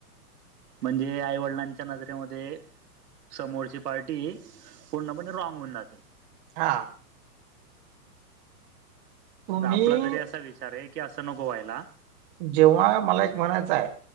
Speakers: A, on the right; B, on the right.
A: म्हणजे आईवडिलांच्या नजरेमध्ये समोरची पार्टी पूर्णपणे रॉग होऊन जाते
B: हां. तुम्ही
A: तर आपला तरी असा विचार आहे की असं न व्हायला
B: जेव्हा मला एक म्हणायचं आहे